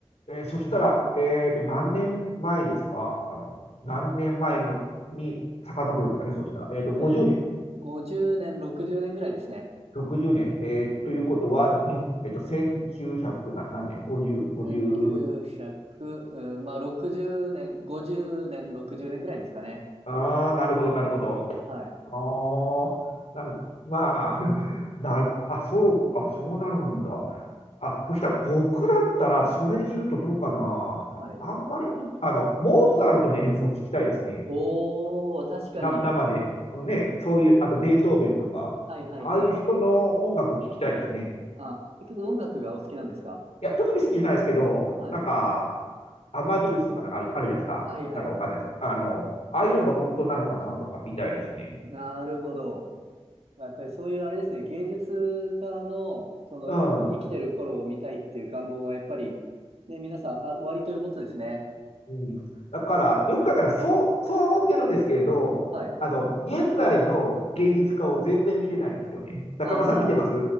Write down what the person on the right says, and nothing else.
うん。
えー50年、60年ぐらいですね。
うん、9 0うひゃくうん、まあ、60年、50年、60年ぐらいですかね。
はい。
はい。
おー、確かに、
はいはいはいはい。
あ、結構音楽がお好きなんですか
はい。
はいはい。
なるほど。やっぱりそういうあれですね、芸術家の、その、
生きてる頃を見たいっていう願望はやっぱり、ね、皆さん、あ、おありということですね。
はい。
ああ、